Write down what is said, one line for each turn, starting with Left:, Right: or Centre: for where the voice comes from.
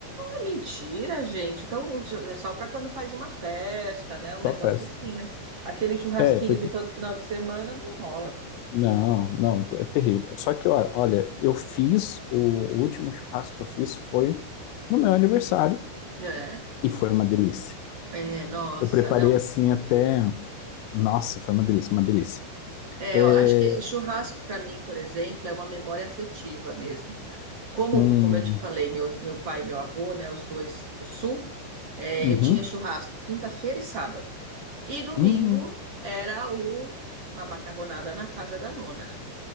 Right: é mentira, gente. Então é só para quando faz uma festa, né? Um negócio
Left: Só festa.
Right: assim, né? Aquele churrasquinho
Left: É, porque.
Right: de todo final de semana não rola.
Left: Não, não, é terrível. Só que, ó, olha, eu fiz, o último churrasco que eu fiz foi no meu aniversário
Right: É,
Left: e foi uma delícia.
Right: é, nossa,
Left: Eu preparei
Right: não.
Left: assim até. Nossa, foi uma delícia, uma delícia.
Right: É,
Left: É,
Right: eu acho que o churrasco para mim, por exemplo, é uma memória afetiva mesmo. Como,
Left: um,
Right: como eu te falei, meu, meu pai e meu avô, né, os dois do sul, é,
Left: uhum.
Right: eu tinha churrasco quinta-feira e sábado. E domingo
Left: Hum,
Right: era o, uma macarronada na casa da nona.